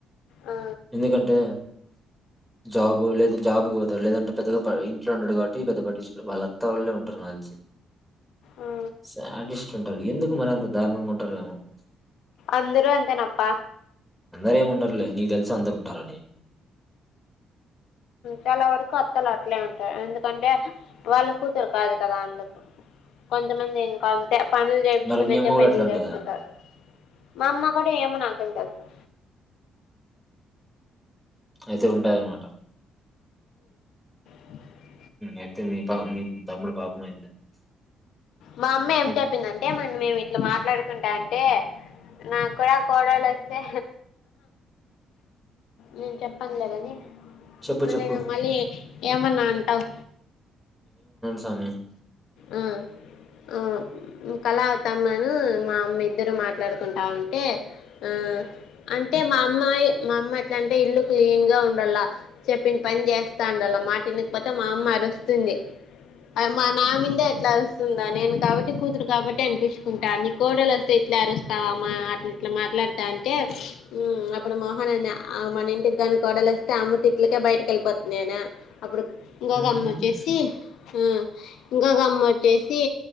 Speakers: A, on the left; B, in the centre.
A: ఆ
B: ఎందుకంటే. జాబ్ లేదు జాబ్ పోతాడు లేదంటే పెద్దగా ఇంట్లో ఉండడు. కాబట్టి పెద్దగ పట్టించుకోరు. వాళ్ళత్తా వాళ్ళే ఉంటరు నాకు తెలిసి
A: ఆ
B: శాడిస్ట్ అండి ఎందుక్ మరి అంత దారుణంగా ఉంటారేమో
A: అందరు అంతేనప్ప
B: లే ఉండ నీ తెలుస అంత ఉంటారాని
A: చాలా వరకు అత్తలు అట్లే ఉంటా ఎందుకంటే వాళ్ళ కూతురు కాదు అత్తగాళ్లు కొంచం కొంతమంది ఇంకా అంతే పనులు చేయించుకున్నయికే
B: మరి మీ అమ్మ కూడా
A: పెండ్లిలు
B: అట్లా ఉంటదా
A: చేసుకుంటారు మా అమ్మ కూడా ఏమో నాకేం తెదు
B: అయితే ఉ ఉంటదన మాట
A: <inaudible>
B: అయితే మీ పా మీ తమ్డు పాప అయితే
A: మా అమ్మ ఏం
B: ఇది-
A: చెప్పిందంటే మన మేము ఇట్లా మాట్లాడుకుంటా అం అంటే నాకు కూడా కోడలు వస్తే నేను చెప్పనులేదని
B: చెప్పు చెప్పు
A: నేను మళ్ళీ ఏమన్నా అంటావు
B: సమే
A: ఆ ఆ కళ అవుతామను మా అమ్మ ఇద్దరు మాట్లాడుకుంటా ఉంటే ఆ అంటే మా అమ్మాయి మా అమ్మ ఎట్లాంటే ఇల్లు క్లీన్ గా ఉండాల చెప్పిన పని చేస్తా ఉండాల మాటనకపోతే మా అమ్మ అరుస్తుంది మా నామిందే ఎట్లా అరుస్తుందా నేను కాబట్టి కూతురు కాబట్టి అనిపించుకుంటా నీ కోడలు వస్తే ఇట్లా అరుస్తావా అమ్మా అట్లా ఇట్లా మాట్లాడతా అంటే అప్పుడు మోహన్ని మన ఇంటికి దని కోడలు వస్తే అమ్మ త ఇట్లకే బయటకి వెళ్ళిపోతుంది నేను అప్పుడు ఇంకాగా
B: "మ్మ్,
A: అమ్మ వచ్చేసి ఆ ఇంకా గమ్మ వచ్చేసి